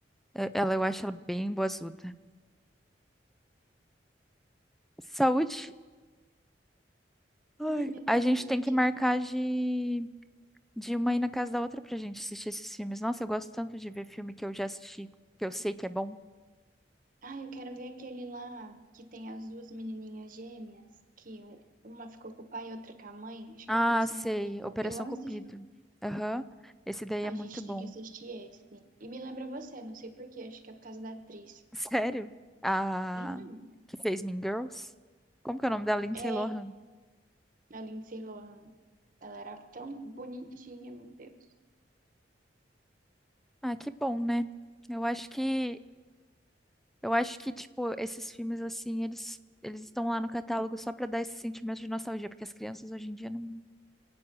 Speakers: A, in the centre; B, on the right.
A: Eu- Ela, eu acho ela bem boazuda. Saúde. Ai,
B: Ai, minha tá
A: a
B: com
A: gente
B: rinite
A: tem que marcar
B: aqui.
A: de, de uma ir na casa da outra pra gente assistir esses filmes. Nossa, eu gosto tanto de ver filme que eu já assisti, que eu sei que é bom.
B: Ai, eu quero ver aquele lá que tem as duas menininhas gêmeas, que um- uma ficou com o pai e outra com a mãe, acho
A: Ah,
B: que é Operação
A: sei.
B: Cupido.
A: Operação
B: Eu amo
A: Cupido.
B: esse filme.
A: Aham. Esse daí
B: A
A: é muito
B: gente
A: bom.
B: tem que assistir esse. E me lembra você, não sei por quê, acho que é por causa da atriz.
A: <laughs> Sério? A
B: Uhum.
A: que fez Mean Girls? Como que é o nome da Lindsay
B: É,
A: Lohan?
B: a Lindsay Lohan. Ela era tão bonitinha, meu Deus.
A: Ah, que bom, né? Eu acho que eu acho que tipo esses filmes assim, eles eles estão lá no catálogo só pra dar esse sentimento de nostalgia, porque as crianças hoje em dia não,